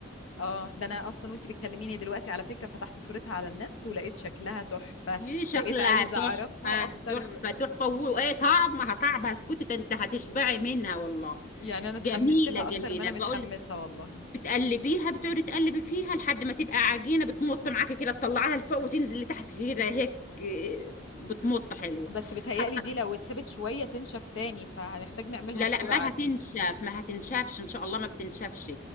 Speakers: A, on the left; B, on the left.
A: اه ده انا اصلا وانتي بتكلميني دلوقتي على فكره فتحت صورتها على النت ولقيت شكلها تحفه
B: ايه شكلها
A: بقيت عايزه
B: تحفة
A: اعرفها اكتر
B: تحفة تحفة وايه طعمها طعمها اسكتي ده انت هتشبعي منها والله
A: يعني انا اتحمست
B: جميلة
A: لها
B: جميلة
A: اكتر ما انا
B: بقول
A: متحمسه
B: لك
A: والله
B: بتقلبيها بتقعدي تقلبي فيها لحد ما تبقى عجينة بتمط معاكي كده تطلعيها لفوق وتنزل لتحت كده هيك إيه، بتمط حلوة
A: بس بتهيألي
B: حتى
A: دي لو اتسابت شويه تنشف تاني فهنحتاج نعملها
B: لا
A: بسرعه
B: لا ما هتنشف
A: دي
B: ما هتنشفش ان شاء الله ما بتنشفش